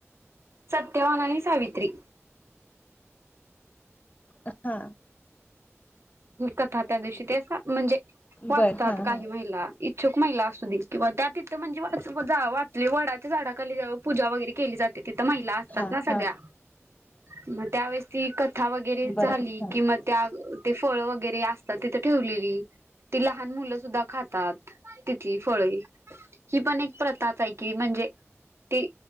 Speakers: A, on the right; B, on the left.
A: सत्यवान आणि सावित्री.
B: अ आ
A: कु कथा त्या दिवशी ते म्हणजे वाचतात
B: बर हा
A: काही
B: हा
A: महिला. इच्छुक महिला असू दे किंवा त्या तिथं म्हणजे वाच जा वाचले वडाच्या झाडाखाली जाऊ पूजा वगरे केली जाते तिथं महिला असतात
B: हा
A: ना सगळ्या,
B: हा
A: म त्यावेेळेस ती क था वगरे
B: बर
A: झाली
B: हा
A: किं म त्याग फळ वगेरे असतात तिथे ठेवलेली, ती लहान मुलं सुधा खातात तिथली फळे ही पण एक प्रथाच कि म्हणजे ती